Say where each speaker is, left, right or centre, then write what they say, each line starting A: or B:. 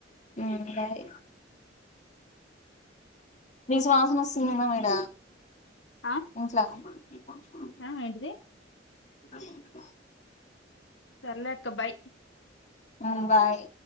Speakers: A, on the left (about 40°); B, on the left (about 75°).
A: మ్ బాయ్ నీ శ్వాసన వస్తుందినా మడ
B: ఆ
A: ఇంట్లా పో
B: ఆ ఏంటిది
A: రూపాయ
B: సర్లేక్క బాయ్
A: మ్ బాయ్